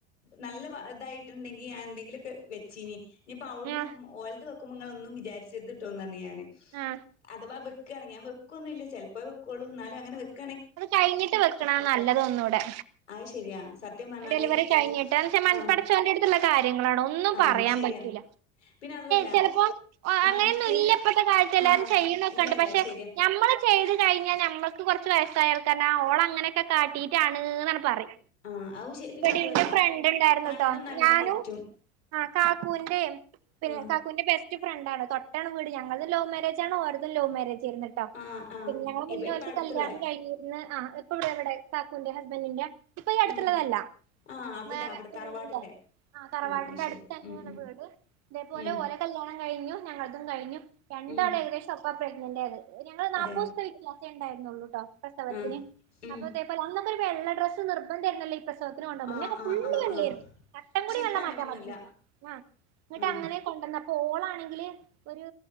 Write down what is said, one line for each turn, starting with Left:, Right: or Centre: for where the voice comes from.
Left: നല്ല ഇതായിട്ട് ഉണ്ടെങ്കി ഞാനെ എന്തെങ്കിലൊക്കെ വെച്ചീഞ്ഞി ഇനിയിപ്പോ അവ്ടുന്ന്
Right: ആഹ്
Left: ഓല്ത് വെക്കുമ്പോ തുങ്ങളൊന്നും വിചാര്ച്ചെര്തിട്ടോന്ന് പറഞ്ഞ് ഞാന്
Right: ആഹ്
Left: അഥവാ വെക്കാണങ്കി ഞാൻ വെകൊന്നുല്ല്യ ചെലപ്പോ വെക്കൊള്ളൂ ന്നാലും അങ്ങനെ വെക്ക
Right: അത് കഴിഞ്ഞിട്ട് വെക്കണ നല്ലത് ഒന്നൂടെ
Left: അത് ശരിയാ സത്യം പറഞ്ഞാല്
Right: ഡെലിവറി കഴിഞ്ഞിട്ട് എന്ത്ന്ന് വെച്ചാൽ
Left: ആഹ്
Right: പടച്ചോന്റെ എട്ത്ത്ള്ള കാര്യങ്ങളാണോ ഒന്നും
Left: ആഹ്
Right: പറയാന്
Left: ശരിയാ
Right: പറ്റൂല
Left: പിന്നെ അതുവല്ല
Right: ചിലപ്പോ
Left: നമുക്ക്
Right: അങ്ങനെയൊന്നും ഇല്ല്യ ഇപ്പത്തെകാലത്ത് എല്ലാവരും
Left: ആഹ്
Right: ചെയ്യ്ണൊക്കെണ്ട്
Left: ഇല്ല ഇല്ല
Right: പക്ഷെ
Left: ശരിയാ
Right: ഞമ്മള് ചെയ്ത് കഴിഞ്ഞാ ഞമ്മക്ക് കൊറച്ച് വയസായാൾക്കാര്ണ്ടാവും ഓള അങ്ങനെക്കെ കാട്ടി ട്ടാണ്ന്നാണ്ട് പറിം
Left: ആഹ് അത് ശ പിന്നെ
Right: എടീ
Left: അതുവല്ല
Right: ന്റെ ഫ്രണ്ട് ണ്ടായിര്ന്ന്ട്ടൊ
Left: കണ്ണ് നല്ലോം
Right: ഞാനും
Left: പറ്റും
Right: ആ കാക്കുവിന്റെ പിന്നെ
Left: ആഹ്
Right: കാക്കൂന്റെ ബെസ്റ്റ് ബെസ്റ്റ് ഫ്രണ്ടാണ് തൊട്ടാണ് വീട് ഞങ്ങള്തും ലൗ മേരേജാണ് ഓര്തും ലൗ മേരേജായിര്ന്ന്
Left: ആഹ് ആഹ്
Right: പിന്നെ ഞങ്ങളെ മുന്നെ
Left: ഇപ്പ ഇപ്പ
Right: ഓല്ത്
Left: അടുത്തുള്ള
Right: കല്ല്യാണം കഴിഞ്ഞിര്ന്ന് ആ പ്പവിടെ കാക്കൂന്റെ ഹസ്ബന്റിന്റെ ഇപ്പ ഈ അട്ത്ത്ള്ളതല്ല
Left: ആഹ് ആഹ് അവിടെ
Right: വേറെ
Left: അവിടെ തറവാടിന്റെ
Right: വേണ്ടല്ലൊആ തറവാടിന്റെ
Left: ആഹ് അത് ശരി
Right: അടുത്തന്നെയാണ്
Left: ഉം ഉം
Right: വീട് ഇതേപോലെ
Left: ഉം
Right: ഓലെ കല്യാണം കഴിഞ്ഞു ഞങ്ങള്തും കഴിഞ്ഞു രണ്ടാളും
Left: ഉം
Right: ഏകദേശം ഒപ്പം പ്രഗ്നന്റ് ആയത് ഞങ്ങൾ നാപ്പൂസ്ത്തെ
Left: അതെ
Right: വി ത്യാസെ ഉണ്ടായിരുന്നൊള്ളൂട്ടൊ പ്രസവത്തിന്
Left: ആഹ് ഉം
Right: അപ്പ അതേപോലെ അന്നൊക്കെ ഒരു വെള്ള ഡ്രസ്സ് നിർബന്ധായിര്ന്നല്ലോ ഈ പ്രസവത്തിന് പ്രസവത്തിന് കൊണ്ടോവുമ്പൊ
Left: ആഹ്
Right: ഇന്നൊക്കെ
Left: ആഹ്
Right: ഫുള്ള്
Left: ആഹ്
Right: വെള്ളേനി
Left: ആഹ്
Right: തട്ടം
Left: പക്ഷെ
Right: കൂടി വെള്ള
Left: ഇപ്പ അങ്ങനെയൊന്നുല്ല
Right: മാറ്റാൻ പറ്റൂല ആഹ് ഇങ്ങട്ട
Left: ആഹ്
Right: അങ്ങനെ കൊണ്ടന്ന ഓളാണെങ്കില് ഒരു